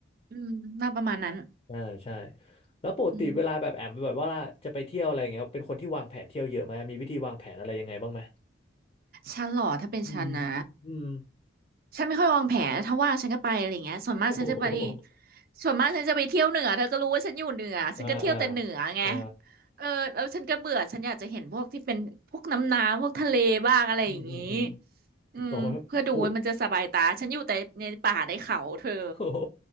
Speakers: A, on the right; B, on the left.
A: อืมน่าประมาณนั้น
B: ใช่ใช่แล้วปกติเวลาแบบแอมแบบว่าจะไปเที่ยวอะไรอย่างเงี้ยเป็นคนที่วางแผนเที่ยวเยอะไหมมีวิธีวางแผนอะไรยังไงบ้างไหม
A: อืม ฉันเหรอถ้าเป็นฉันนะ
B: อืมอืม
A: ฉันไม่ค่อยวางแผนถ้าว่างฉันก็ไปอะไรเงี้ยส่วนมากฉันจะไป
B: โอ้โห
A: ส่วนมากฉันจะไปเที่ยวเหนือเธอก็รู้ว่าฉันอยู่เหนือฉันก็เที่ยวแต่เหนือไง
B: อ่าอ่าอ่า
A: เออแล้วฉันก็เบื่อฉันอยากจะเห็นพวกที่เป็นพวกน้ำน้ำพวกทะเลบ้างอะไรอย่างงี้
B: อืมอืมอืม
A: อืมเพื่อดูว่ามันจะสบายตาฉันอยู่แต่ในป่าในเขาเธอ
B: ออกมาโหโอ้โห